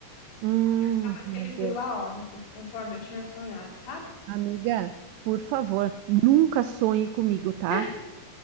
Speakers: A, on the right; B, on the left.
A: Hum,
B: Acaba que
A: meu
B: ele veio
A: Deus.
B: a óbito, conforme eu tinha sonhado, sabe?
A: Amiga, por favor, nunca sonhe comigo, tá?
B: <laughs>